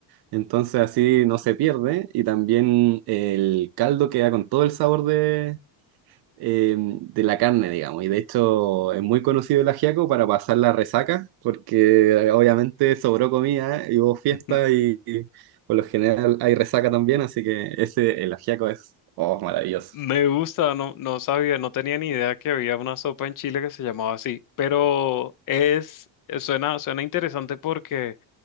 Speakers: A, on the right; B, on the left.
A: entonces así no se pierde y también el caldo queda con todo el sabor de, eh, de la carne, digamos. Y de hecho es muy conocido el ajiaco para pasar la resaca, porque obviamente sobró comida y hubo fiesta
B: <laughs>
A: y, y por lo general hay resaca también, así que ese, el ajiaco es, oh, maravilloso.
B: Me gusta, no, no sabía, no tenía ni idea que había una sopa en Chile que se llamaba así, pero es, suena, suena interesante porque